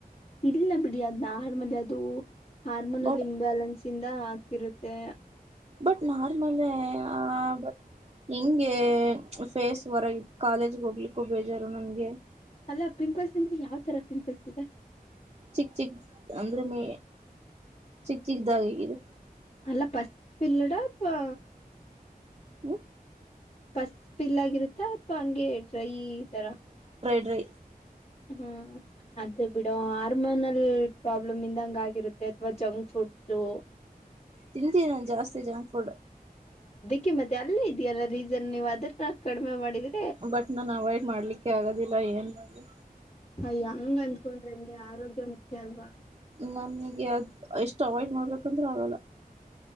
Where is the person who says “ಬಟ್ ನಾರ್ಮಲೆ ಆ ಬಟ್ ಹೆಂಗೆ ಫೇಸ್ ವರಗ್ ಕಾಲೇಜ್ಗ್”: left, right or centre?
Right